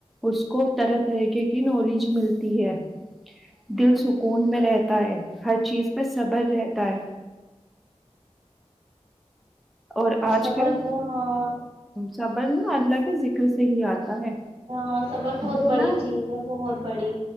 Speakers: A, in the centre; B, on the right.
A: اس کو طرح طرحق کی نالج ملتی ہے دل سکون میں رہتا ہے ہر چیز پر صبر رہتا ہے اور آج
B: صبر
A: کل
B: تو ہاں
A: صبر نا اللہ کے ذکر سے ہی آتا ہے
B: ہاں صبر بہت
A: یہ
B: بڑی
A: نا
B: چیز ہے بہت بڑی